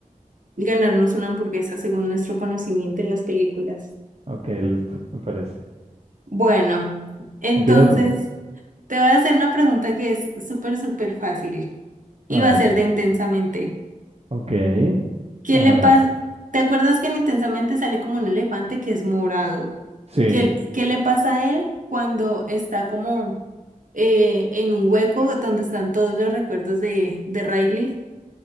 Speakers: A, on the right (about 65°); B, on the right (about 45°).
A: ganarnos una hamburguesa según nuestro conocimiento en las películas.
B: Ok, listo, me parece.
A: Bueno, entonces
B: Empieza tú.
A: te voy a hacer una pregunta que es súper, súper fácil y
B: A
A: va a
B: ver.
A: ser de Intensamente.
B: Ok.
A: ¿Qué
B: A
A: le
B: ver.
A: pasa? ¿Te acuerdas que en Intensamente sale como un elefante que es morado?
B: Sí.
A: ¿Qué, qué le pasa a él cuando está como eh, en un hueco donde están todos los recuerdos de, de Riley?